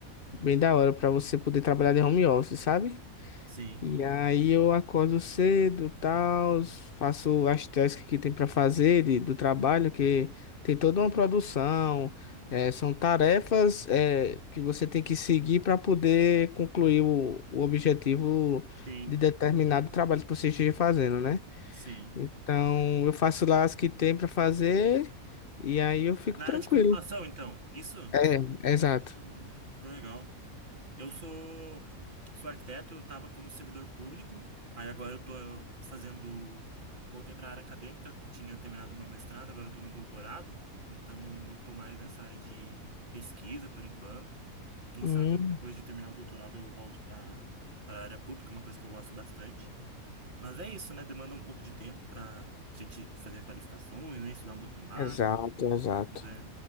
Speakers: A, on the left (about 45°); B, on the right (about 35°).
A: bem da hora pra você poder trabalhar de home office, sabe?
B: sim,
A: E aí eu acordo cedo, tal, faço as tasks que tem pra fazer de- do trabalho, que tem toda uma produção, é, são tarefas, é, que você tem que seguir para poder concluir o, o objetivo
B: sim,
A: de determinado trabalho que você esteja fazendo, né?
B: sim.
A: Então, eu faço lá as que tem pra fazer e aí eu fico
B: Na
A: tranquilo.
B: área de computação, então, isso?
A: É, exato.
B: Hum, que legal. Eu sou, sou arquiteto, eu estava como servidor público, aí agora eu estou fazendo, voltei para a área acadêmica, tinha terminado meu mestrado, agora eu estou no doutorado, então eu estou mais nessa área de pesquisa por enquanto. Quem
A: Hum,
B: sabe eu, depois de terminar o doutorado eu volte para para a área pública, uma coisa que eu gosto bastante. Mas é isso, né? Demanda um pouco de tempo para a gente fazer qualificações, né? Estudar um pouquinho mais.
A: Exato, exato.
B: Pois é.